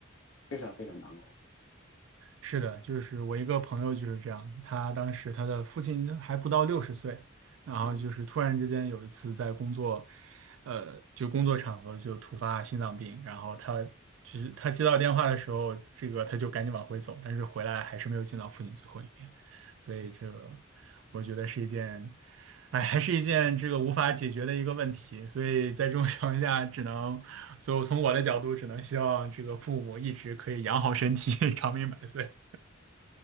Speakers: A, on the left; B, on the right.
A: 非常非常难熬。
B: 是的，就是我一个朋友就是这样，他当时他的父亲还不到六十岁，然后就是突然之间有一次在工作，
A: 嗯。
B: 呃，就工作场合就突发心脏病，然后他就是他接到电话的时候，这个他就赶紧往回走，但是回来还是没有见到父亲最后一面，所以这个我觉得是一件，哎，还是一件这个无法解决的一个问题，所以在这种情况下，只能，所以我从我的角度只能希望这个父母一直可以养好身体，<laughs> 长命百岁。